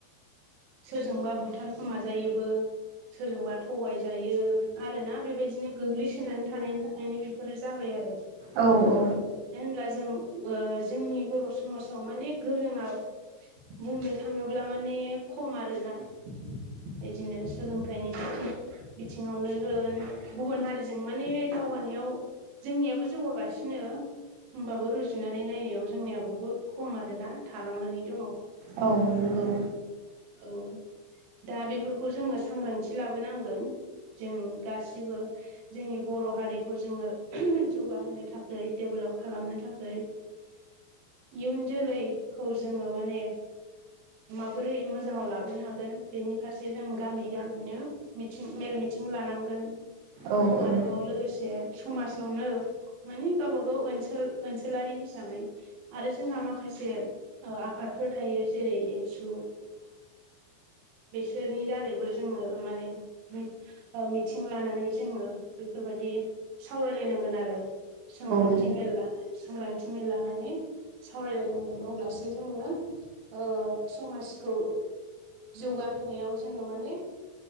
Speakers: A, on the right; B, on the right.
A: सोरजोंबा बुथारखोमाजायोबो, सोरजोंबा थगाय जायो आरोना बेबायदिनो गोग्लैसोनानै थानायनि थाखायनो बेफोरो जाबाय आरो।
B: औ औ
A: बिदिब्ला जों जोंनि बर' समाजाव माने गोरोङा बुंनो थाङोब्ला माने खम आरोना। बिदिनो सोलोंथाइनि बिथिं बिथिङावनो होन गुबुन हारिजों माने दावगानायाव जोंनियाबो जौगागासिनो होमबाबो रुजुनानै नायनायाव जोंनिया बहुत खम आरोना थालांनानै दङ।
B: औ नंगौ।
A: औ दा बेफोरखौ जोङो सांग्रांथि लाबोनांगोन जों गासिबो जोंनि बर' हारिखौ जोङो जौगाहोनो थाखै डेभल खालामनो थाखै इयुन जोलैखौ जोङो माने माबोरै मोजाङाव लाबोनो हागोन बेनि फारसे जों गामि गामिनो मिथिं मेल मिथिं लानांगोन।
B: औ
A: आरोबाव
B: औ
A: लोगोसे समाजावनो माने गावबागाव ओनसोल ओनसोलारि हिसाबै आरो जोंहा माखासे ओ आफाद फोर थायो जेरै एबसु बेसोरनि दारैबो जोङो माने मि- ओ मिथिं लानानै जोङो बेफोर बायदि सावरायलायनांगोन आरो सांग्रांथि
B: नंगौ
A: मेल लानानै सांग्रांथि मै लानानै सावरायलोन अब्लासो जोङो ओ समाजखौ जौगाहोनायाव जोङो माने